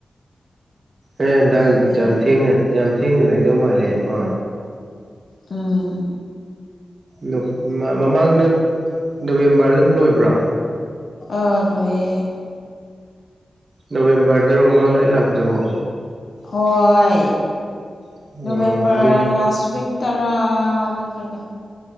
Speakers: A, on the right; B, on the left.
A: ꯑꯦ ꯍꯟꯗꯥꯛ
B: ꯑꯁꯤꯗꯗꯤ
A: ꯌꯥꯝ ꯊꯦꯡꯅ ꯌꯥꯝ ꯊꯦꯡꯅ ꯂꯣꯏꯗꯧ ꯃꯥꯜꯂꯦꯀꯣ
B: ꯎꯝ
A: ꯅꯞ ꯃ ꯃꯃꯥꯡꯗ ꯅꯕꯦꯝꯕꯔ ꯑꯗꯨꯝ ꯂꯣꯏꯕ꯭ꯔꯣ
B: ꯑ ꯂꯣꯏꯌꯦ
A: ꯅꯕꯦꯝꯕꯔꯗꯔꯣ ꯃꯃꯥꯡꯗ ꯑꯩ ꯂꯥꯛꯄꯗꯕꯣ
B: ꯍꯣꯏ
A: ꯑꯣ
B: ꯅꯚꯦꯝꯕꯔ
A: ꯑꯗꯨꯏ
B: ꯂꯥꯁ ꯋꯤꯛ ꯇꯔꯥ ꯅꯠꯇ꯭ꯔꯒ